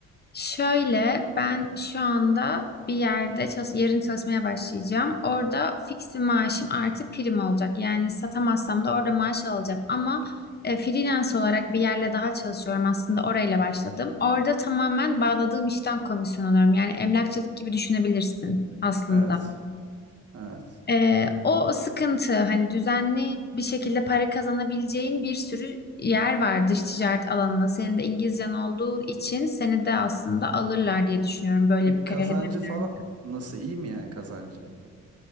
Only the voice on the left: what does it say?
Şöyle ben şu anda bir yerde çalış yarın çalışmaya başlayacağım. Orada fix bir maaşım artı prim olacak. Yani satamazsam da orada maaş alacağım. Ama e, freelance olarak bir yerle daha çalışıyorum aslında orayla başladım. Orada tamamen bağladığım işten komisyon alıyorum. Yani emlakçılık gibi düşünebilirsin aslında.
Ee, o sıkıntı hani düzenli bir şekilde para kazanabileceğin bir sürü yer var dış ticaret alanında. Senin de İngilizcen olduğu için seni de aslında alırlar diye düşünüyorum böyle
bir kariyer
hedefleri.